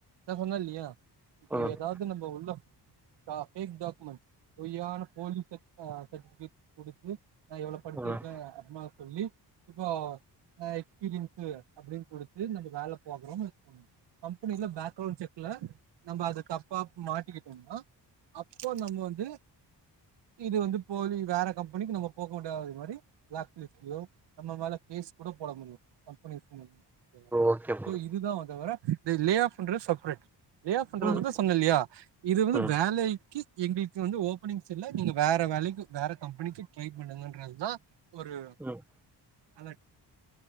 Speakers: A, on the right; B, in the centre.
A: நா சொன்னே‌ இல்லியா இப்ப
B: ம்
A: எதாவ்து நம்ம உள்ள‌ அ ஃபேக் டாகுமெண்ட் பொய்யான போலீ சட் <unintelligible> சட்விகேட் குடுத்து நா இவ்ளோ படிச்சிருக்கே
B: ம்
A: அத்மா சொல்லி இப்போ நா எக்ஸ்பீரியன்ஸு அப்டின் குடுத்து நம்ம வேல பாக்குறோன் வெச்சிக்கோங்க கம்பெனில பேக்ரவுண்ட் செக்ல நம்ம அது தப்பா மாட்டிக்கிட்டோனா அப்போ நம்ம வந்து இது வந்து போலி வேற கம்பெனிக்கு நம்ம போக்கூடாது மாரி பிளாக் லிஸ்ட்லியோ நம்ம மேல கேஸ் கூட போட முடியு கம்பெனி சைட்ல <unintelligible>
B: ஓகே ப்ரோ
A: சோ இதுதா தவர இது லேயாஃபுன்றத் சப்ரேட் லே ஆஃப்ன்றது
B: ம்
A: நா தா சொன்னேலியா இது வந்து
B: ம்
A: வேலைக்கி எங்களுக்கு வந்து ஓப் பனிங்ஸ் இல்ல நீங்க வேற வேலைக்கு வேற கம்பெனிக்கு ட்ரை பண்ணுங்கன்றதுதா ஒரு
B: ம்
A: அலட்